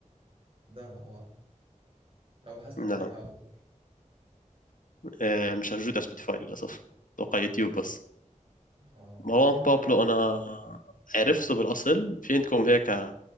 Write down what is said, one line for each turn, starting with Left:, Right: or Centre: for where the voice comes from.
Right: بداما اه لو بحثت
Left: نعم
Right: هتلاقيها على طول
Left: آه، مش موجود على سبوتيفاي للأسف أتوقع يوتيوب بس
Right: آه.
Left: مروان
Right: ممكن
Left: بابلو
Right: برضو
Left: أنا عرفته بالأصل في عندكم هيك